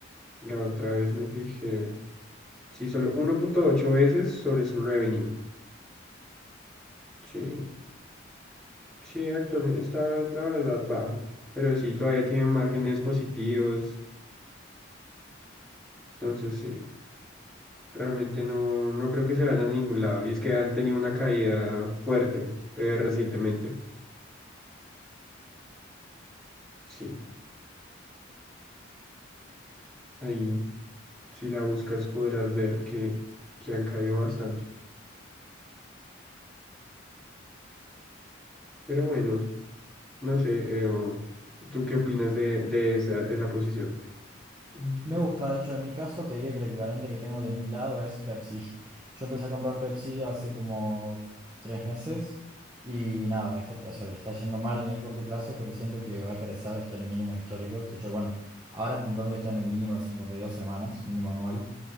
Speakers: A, in the centre; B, on the right.
A: la otra vez me fijé, sí, solo uno punto ocho veces sobre su revenue. Sí. Sí, actualmente está, la verdad, bajo, pero sí, todavía tiene márgenes positivos, entonces sí, realmente no, no creo que se vayan a ningún lado. Y es que han tenido una caída fuerte eh, recientemente. Sí, ahí, si la buscas, podrás ver que, que han caído bastante. Pero bueno, no sé, eh, ¿tú qué opinas de, de esa, esa posición? Mm,
B: Me gusta, de hecho, en mi caso te diría que el equivalente que tengo de mi lado es Pepsi. <laughs> Yo empecé a comprar Pepsi hace como tres meses y nada, está, o sea, le está yendo mal en el corto plazo, pero siento que va a crecer, está en mínimos históricos. De hecho, bueno, ahora puntualmente está en el mínimo de 52 semanas, mínimo anual,